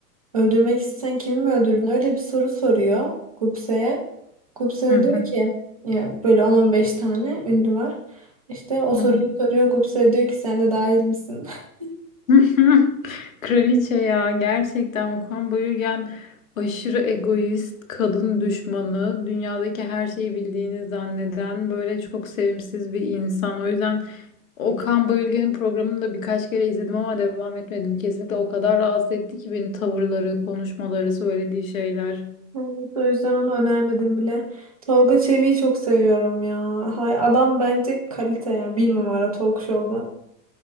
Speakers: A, on the right (about 25°); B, on the left (about 55°).
A: Öldürmek istesen kimi mi öldürdün? Öyle bir soru soruyor Gupse'ye. Gupse de
B: Hı hı,
A: diyor ki ya böyle on on beş tane ünlü var. İşte o soruyu
B: hı hı.
A: soruyor. Gupse de diyor ki sen de dahil misin? <laughs>
B: <laughs> Kraliçe ya gerçekten Okan Bayülgen aşırı egoist, kadın düşmanı, dünyadaki her şeyi bildiğini zanneden böyle çok sevimsiz bir insan. O yüzden Okan Bayülgen'in programını da birkaç kere izledim ama devam etmedim. Kesinlikle o kadar rahatsız etti ki beni tavırları, konuşmaları, söylediği şeyler.
A: Evet, o yüzden onu önermedim bile. Tolga Çevik'i çok seviyorum ya. Hay, adam bence kalite yani. Bir numara talk show'da.